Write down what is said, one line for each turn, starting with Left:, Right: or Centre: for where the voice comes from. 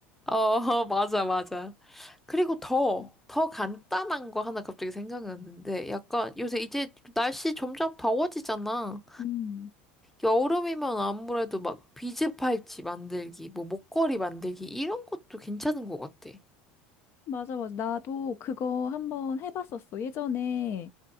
Centre: 어, <laughs> 맞아, 맞아. 그리고 더,
Left: <laughs>
Centre: 더 간단한 거 하나 갑자기 생각났는데, 약간 요새 이제 날씨 점점 더워지잖아.
Left: 음,
Centre: 여름이면 아무래도 막 비즈 팔찌 만들기, 뭐 목걸이 만들기 이런 것도 괜찮은 것 같아.
Left: 맞아, 맞아. 나도 그거 한번 해봤었어. 예전에